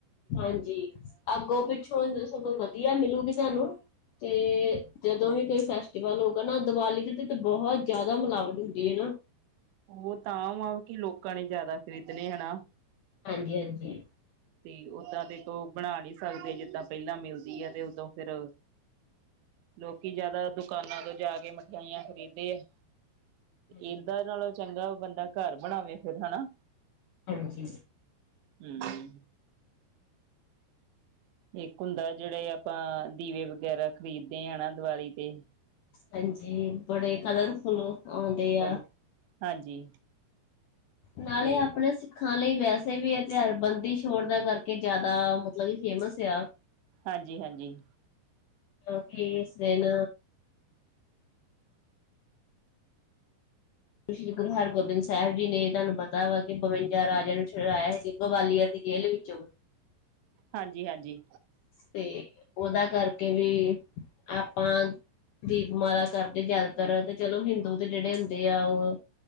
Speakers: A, on the left (about 75°); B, on the right (about 90°).
A: ਹਾਂਜੀ, ਅੱਗੋਂ ਪਿੱਛੋਂ ਅ ਸਗੋਂ ਵਧੀਆ ਮਿਲੂਗੀ ਤੁਆਨੂੰ, ਤੇ ਜਦੋਂ ਵੀ ਕੋਈ ਫੈਸਟੀਵਲ ਹੋਊਗਾ ਨਾ ਦੀਵਾਲੀ ਦੇ ਤੇ ਬੋਹਤ ਜਾਦਾ ਮਿਲਾਵਟ ਹੁੰਦੀ ਐ ਨਾ।
B: ਓਤਾਂ ਵਾਂ ਕਿ ਲੋਕਾਂ ਨੇ ਜਾਦਾ ਖਰੀਦਣੇ ਆ ਨਾ।
A: ਹਾਂਜੀ-ਹਾਂਜੀ।
B: ਤੇ ਓਦਾਂ ਦੇਖੋ, ਓ ਬਣਾ ਨੀ ਸਕਦੇ ਜਿੱਦਾਂ ਪੈਲਾਂ ਮਿਲਦੀ ਐ ਤੇ ਉਦੋਂ ਫੇਰ ਲੋਕੀ ਜਿਆਦਾ ਦੁਕਾਨਾਂ ਤੋਂ ਜਾ ਕੇ ਮਠਿਆਈਆਂ ਖਰੀਦ ਦੇ ਆ।
A: ਹਾਂਜੀ
B: ਏਦਾਂ ਨਾਲੋਂ ਚੰਗਾ ਬੰਦਾ ਕਾਰ ਬਣਾਵੇ ਫੇਰ ਹੈਨਾ।
A: ਹਾਂਜੀ।
B: ਹੂੰ। ਏਕ ਹੁੰਦਾ, ਜੇੜੇ ਆਪਾਂ ਦੀਵੇ ਵਗੈਰਾ ਖਰੀਦ ਦੇ ਆ ਨਾ ਦੀਵਾਲੀ ਤੇ।
A: ਹਾਂਜੀ, ਬੜੇ ਕਲਰਫੁੱਲ ਆਉਂਦੇ
B: ਚਲ
A: ਆ।
B: ਹਾਂਜੀ।
A: ਨਾਲੇ
B: ਤੇ
A: ਆਪਣੇ ਸਿੱਖਾਂ ਲਈ ਵੈਸੇ ਵੀ ਏ ਤਿਉਹਾਰ ਬੰਦੀਛੋੜ ਦਾ ਕਰਕੇ ਜਾਦਾ ਮਤਲਬ ਕਿ ਫੇਮਸ ਆ।
B: ਹਾਂਜੀ-ਹਾਂਜੀ।
A: ਕਿਉਕਿ ਇਸ ਦਿਨ ਸ਼੍ਰੀ ਗੁਰੂ ਹਰਗੋਬਿੰਦ ਸਾਹਿਬ ਜੀ ਨੇ ਤੁਹਾਨੂੰ ਪਤਾ ਵਾ ਕਿ ਬਵੰਜਾ ਰਾਜਿਆਂ ਨੂੰ ਛੁਡਾਇਆ ਸੀ ਗਵਾਲੀਅਰ ਦੀ ਦੀ ਜੇਲ੍ਹ ਵਿੱਚੋਂ।
B: ਹਾਂਜੀ ਹਾਂਜੀ।
A: ਤੇ ਉਹਦਾ ਕਰਕੇ ਵੀ, ਆਪਾਂ ਦੀਪਮਾਲਾ ਕਰਦੇ ਜਿਆਦਾਤਰ ਤੇ ਚਲੋ ਹਿੰਦੂ ਦੇ ਜਿਹੜੇ ਦੇ ਆ ਉਹ